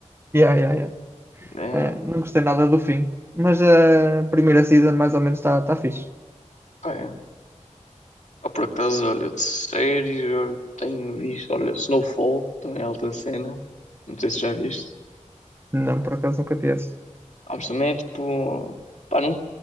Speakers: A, on the right (about 20°); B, on the left (about 70°).
A: Yeah, yeah, yeah.
B: É,
A: Eh, não gostei nada do fim. Mas a primeira season mais ou menos está tá fixe.
B: pá, é. Ah, por acaso, olha, de séries, eu tenho visto. Olha, Snowfall, também é alta cena. Não sei se já viste.
A: Não, por acaso nunca vi essa.
B: Ah, mas também é tipo. Pá, não,